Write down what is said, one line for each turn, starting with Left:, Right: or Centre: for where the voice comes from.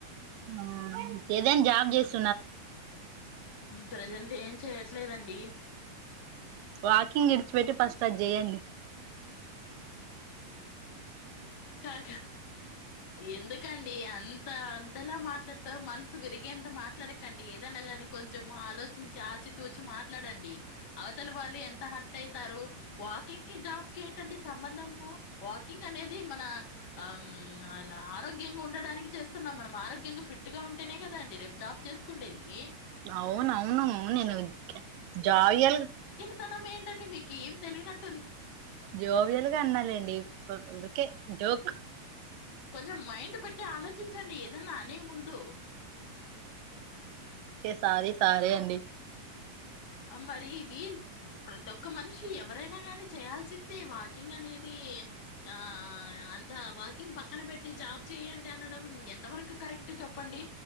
Right: ఆ ఏదైన జాబ్ చేసి
Left: ప్రజెంట్ ఏం చేయట్లేదండి డీ
Right: వాకింగ్ విడిచిపెట్టి ఫస్ట్ అది చేయండి
Left: కాదు కాదు ఎందుకండి అంత అంతలా మాట్లాడతారు మనసు విరిగేంత మాట్లాడకండి ఏదైనా గాని కొంచెము ఆలోచించి ఆచితూచి మాట్లాడండి అవతల వాళ్ళు ఎంత హార్ట్ అయితారు వాకింగ్ కి జాబ్ కి ఏంటండి సంబంధము వాకింగ్ అనేది మన ఆమ్ అ ఆరోగ్యంగా ఉండడానికి చేస్తున్నాం మనం ఆరోగ్యంగా ఫిట్ గా ఉంటేనే కదాండి రేపు జాబ్ చేసుకుండేది
Right: అవునవును నేను జోవియాల్గా
Left: తనం ఏంటండి మీకు ఏం తెలియనట్
Right: జోవియాల్గా అన్నాలేండి ఊరికే జోక్
Left: కొంచెం మైండ్ పెట్టి ఆలోచించండి ఏదన్న అనే ముందు
Right: సారీ సారీ అండి
Left: ఆ మరి ఇది ప్రతి ఒక్క మనిషి ఎవరైనా గాని చేయాల్సిందే వాకింగ్ అనేది ఆ అంత వాకింగ్ పక్కన పెట్టి జాబ్ చేయండి అనడం ఎంత వరకు కరెక్ట్ చెప్పండి